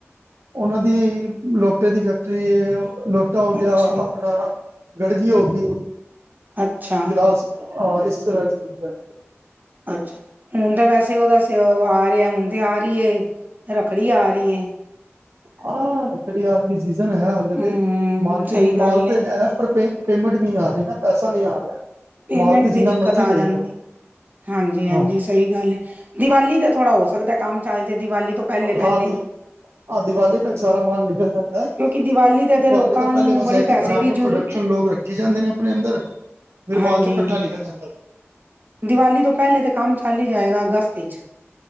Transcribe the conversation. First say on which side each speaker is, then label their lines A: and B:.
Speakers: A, on the right; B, on the right.
A: ਉਹਨਾਂ ਦੀ ਲੋਟੇ ਦੀ ਫੈਕਟਰੀ ਲੋਟਾ ਹੋ ਗਿਆ
B: ਅੱਛਾ,
A: ਆਪਣਾ ਗੜੀ ਹੋ ਗਈ
B: ਅੱਛਾ,
A: ਗਿਲਾਸ ਹਾਂ ਇਸ ਤਰ੍ਹਾਂ ਦੀ ਚੀਜ਼ਾਂ
B: ਅੱਛਾ ਹੁਣ ਤਾਂ ਵੈਸੇ ਉਹਓਦਾ ਆ ਰਿਹਾ ਹੁਣ ਤੇ ਆ ਰਹੀ ਰੱਖੜੀ ਆ ਰਹੀ ਹੈ
A: ਹਾਂ ਘੜੀਆਾਲਲੀ ਸੀਜਨ ਹੈ ਹਲੇ
B: ਹੂੰ
A: ਤੇ ਮਾਰਕੀਟ
B: ਸਹੀ
A: ਦੀ
B: ਗੱਲ
A: ਮਾਲ
B: ਏ
A: ਤੇ ਹੈ ਪਰ ਪੇਮੈਂਟ ਨਹੀਂੀ ਆ ਰਹੀ ਨਾ ਪੈਸਾ ਨਹੀਂੀ ਆ ਰਿਹਾ
B: ਪੇਮੈਂਟ
A: ਮਾਲ ਤੇ ਜਿੰਨਾ
B: ਦੀ ਦਿੱਕਤ
A: ਮਰਜ਼ੀ
B: ਆ
A: ਦੇਈ
B: ਜਾਂਦੀ
A: ਦੋ
B: ਹਾਂਜੀ ਹਾਂਜੀ
A: ਹਾਂ
B: ਸਹੀ ਗੱਲ ਹੈ ਦੀਵਾਲੀ ਦਾ ਥੋੜਾ ਹੋ ਸਕਦਾ ਕੰਮ ਚੱਲ ਜੇ ਦੀਵਾਲੀ ਤੋਂ ਪਹਿਲੇ
A: ਹਾਂ
B: ਪਹਿਲੇ
A: ਦੀ ਹਾਂ ਦੀਵਾਲੀ ਤੱਕ ਸਾਰਾ ਮਾਲ ਨਿਕਲ ਜਾਦਾ ਦੀਵਾਲੀ
B: ਕਿਉਂਕਿ ਤੇ ਤੇ ਲੋਕਾਂ
A: ਤੋਂ
B: ਨੂੰ
A: ਪਹਿਲੇ ਬਸ
B: ਬੜੀ
A: ਇਹ ਕਿ
B: ਪੈਸੇ
A: ਬਣਾ
B: ਦੀ
A: ਕੇ
B: ਜ਼ਰੂ
A: ਪ੍ਰੋਡਕਸ਼ਨ ਲੋਕ ਰੱਖੀ ਜਾਂਦੇ ਨੇ ਆਪਣੇ ਅੰਦਰ ਫਿਰ
B: ਹਾਂਜੀ
A: ਬਾਅਦ ਚੋਂ ਇਕੱਠਾ ਨਿਕਲਦਾ
B: ਦੀਵਾਲੀ ਤੋਂ ਪਹਿਲੇ ਤਾਂ ਕੰਮ ਚੱਲ ਹੀ ਜਾਏਗਾ ਅਗਸਤ ਵਿੱਚ